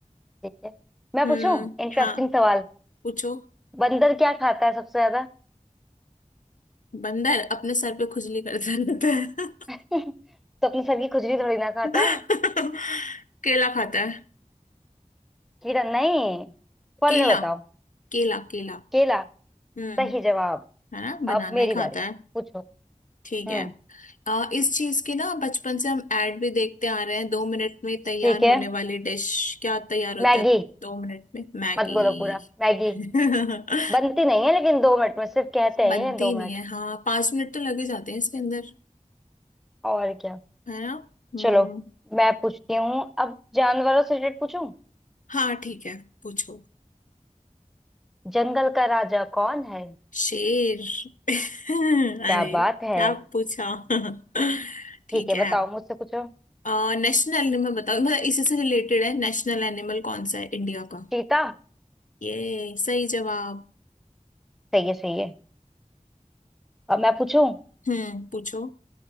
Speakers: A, in the centre; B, on the left.
A: ठीक है मैं
B: हम्म
A: पूछूं इंटरेस्टिंग
B: हाँ
A: सवाल
B: पूछो
A: बंदर क्या खाता है सबसे ज्यादा
B: बंदर अपने सर पे खुजली करता रहता है
A: <laughs> तो अपने सर की खुजली थोड़ी ना खाता
B: <laughs>
A: है
B: केला खाता
A: <laughs>
B: है
A: कीड़ा नहीं फल
B: केला
A: में बताओ
B: केला केला
A: केला
B: हम्म
A: सही जवाब
B: है ना बनाना
A: अब मेरी
B: ही
A: बारी
B: खाता है
A: पूछो
B: ठीक
A: हम्म
B: है अ, इस चीज की ना बचपन से हम ऐड भी देखते आ रहे हैं दो मिनट में तैयार
A: ठीक है
B: होने वाली डिश क्या तैयार होता
A: मैगी
B: है दो मिनट में मैगी
A: मत बोलो पूरा मैगी
B: <laughs>
A: बनती नहीं है लेकिन दो मिनट में सिर्फ कहते हैं
B: बनती
A: ये दो
B: नहीं
A: मिनट
B: है हाँ पांच मिनट तो लगे जाते हैं इसके अंदर
A: और क्या
B: है ना हम्म
A: चलो मैं पूछती हूँ अब जानवरों से रिलेटेड पूछूं
B: हाँ ठीक है पूछो
A: जंगल का राजा कौन है
B: शेर <laughs> अरे
A: क्या बात है
B: क्या पूछा <laughs> ठीक
A: ठीक है
B: है
A: बताओ मुझसे पूछो
B: आ, नेशनल एनिमल बताओ मतलब इसी से रिलेटेड है नेशनल एनिमल कौन सा है इंडिया का
A: चीता
B: ये सही जवाब
A: सही है सही है अब मैं पूछूं
B: हम्म पूछो